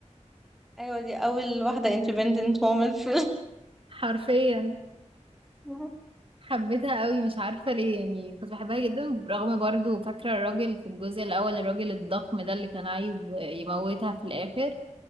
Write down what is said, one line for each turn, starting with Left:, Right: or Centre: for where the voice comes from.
Centre: ايوه دي اول واحده independent woman في الفيلم
Right: حرفيا
Centre: <laughs>
Right: حبيتها قوي مش عارفة ليه يعني كنت بحبها جدا رغم برضو فاكرة الراجل في الجزء الأول الراجل الضخم ده اللي كان عايز يموتها في الآخر